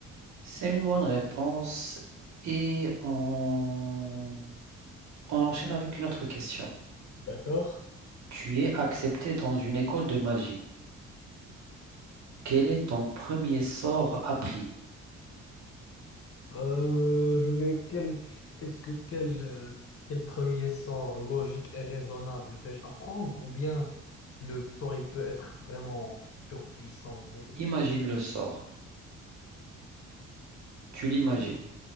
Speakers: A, on the right (about 65°); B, on the left (about 50°).
A: C'est une bonne réponse et on... on enchaîne avec une autre question.
B: D'accord.
A: Tu es accepté dans une école de magie. Quel est ton premier sort appris?
B: Euh, je vais quel est-ce que quel euh, quel premier sort logique et raisonnable vais-je apprendre ou bien le sort il peut être vraiment surpuissant et-
A: Imagine le sort. Tu l'imagines.
B: Oui,